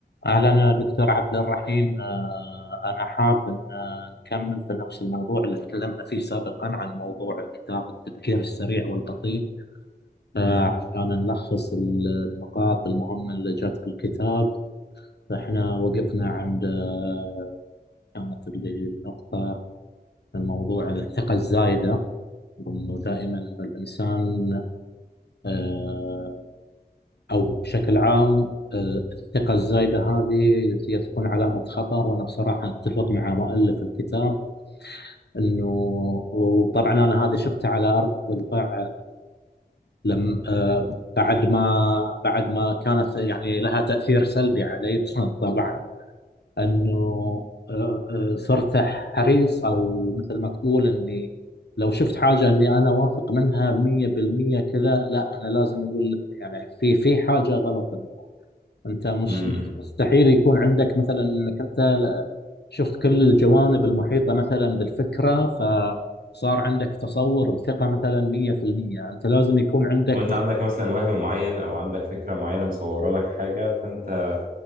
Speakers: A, on the left; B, on the right.
A: أهلا دكتور عبد الرحيم آه، أنا حاب أن آه، نكمل في نفس الموضوع اللي تكلمنا فيه سابقا عن موضوع كتاب التفكير السريع والبطيء آه،
B: مهم.
A: عشان نلخص ال- النقاط المهمة اللي جت في الكتاب فإحنا وقفنا عند آه، كانت اللي هي النقطة الموضوع الثقة الزايدة وإنه دائما إن الإنسان آه، أو بشكل عام آه، الثقة الزايدة هذه هي تكون علامة خطر وأنا بصراحة أتفق مع مؤلف الكتاب إنه وطبعا أنا هذا شفته على أرض الواقع لم آه، بعد ما بعد ما كانت يعني لها تأثير سلبي علي <laughs> طبعا إنه آه، آه، صرت حريص أو مثل ما تقول إني لو شفت حاجة إني أنا واثق منها 100% كذا لا أنا لازم أقول يعني في في حاجة غلط انت مش
B: مم.
A: مستحيل يكون عندك مثلا انك انت ل- شفت كل الجوانب المحيطه مثلا بالفكره فصار عندك تصور بثقه مثلا 100% انت لازم يكون عندك
B: او انت عندك مثلا وهم معين او عندك فكره معينه مصوره لك حاجه فانت